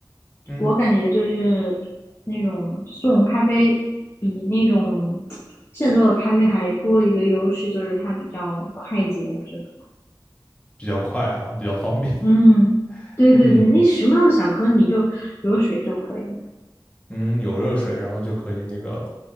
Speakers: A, on the left; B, on the left.
A: 嗯
B: 我感觉就是那种速溶咖啡比那种现做的咖啡还多了一个优势，就是它比较快捷，我觉得。
A: 比较快哈，比较方便。
B: 嗯，
A: <laughs>
B: 对对对，
A: 嗯，
B: 你什么时候想喝你就有水就可以了。
A: 嗯，有热水，然后就可以那个